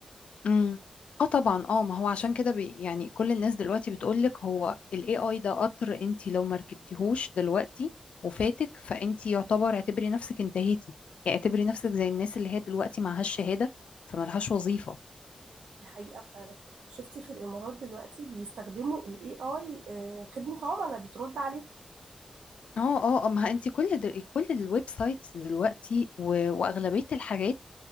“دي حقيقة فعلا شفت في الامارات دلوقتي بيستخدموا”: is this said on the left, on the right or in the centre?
Right